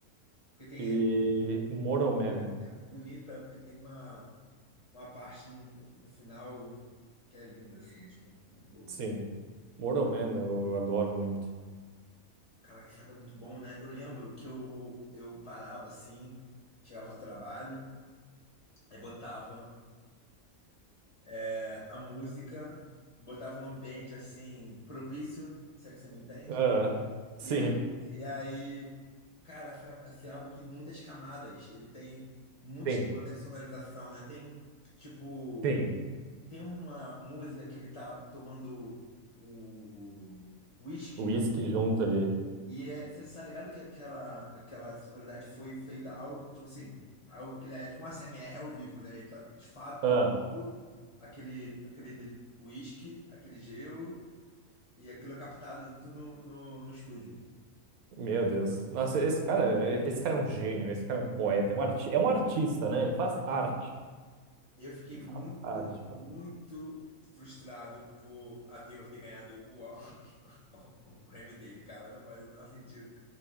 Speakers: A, on the left (about 30°); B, on the right (about 80°).
A: Porque tem,
B: E
A: é,
B: Mortal Man,
A: é bonita, porque tem uma, uma parte no final que é linda, assim, tipo, é muito boa.
B: sim. Mortal Man eu adoro muito.
A: Caraca, esse álbum é muito bom, né? Eu lembro que eu, eu, eu parava assim, chegava do trabalho, aí botava é, a música, botava um ambiente assim, propício, se é que você me entende.
B: Ah, sim,
A: E, <laughs> e aí, cara, essa- esse álbum tem muitas camadas. Ele tem muitas
B: tem,
A: camadas de sonorização, né? Tem, tipo.
B: tem.
A: Tem uma música que ele tá tomando o whisky
B: Whisky junto ali.
A: e é, você tá ligado que aquela, aquela sonoridade foi feita ao, tipo assim, ao, aquele, é tipo um ASMR ao vivo, né? Ele tá de fato
B: Ah,
A: tomando aquele, aquele de- whisky, aquele gelo e aquilo é captado junto no, no, no estúdio.
B: meu Deus. Nossa, esse cara, é- esse cara é um gênio, esse cara
A: É
B: é um
A: um
B: poeta, é um, arti é um artista, né? Ele faz
A: artista.
B: arte.
A: Eu fiquei
B: Ele
A: muito,
B: faz Uhum. arte,
A: muito
B: mano.
A: frustrado por a Taylor ter ganhado o, <laughs> o prêmio dele, cara. Não faz o menor sentido